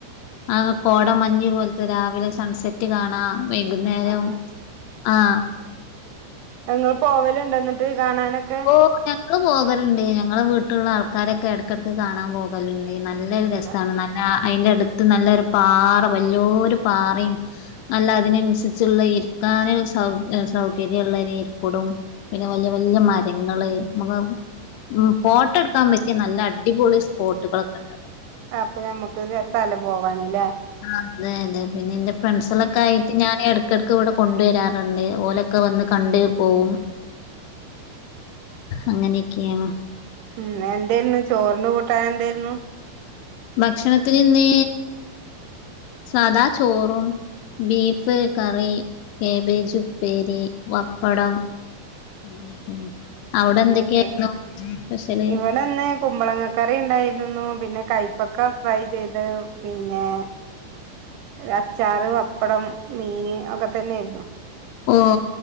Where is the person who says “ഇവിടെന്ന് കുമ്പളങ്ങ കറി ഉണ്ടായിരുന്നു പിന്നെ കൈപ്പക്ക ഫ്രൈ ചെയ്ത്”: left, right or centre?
Right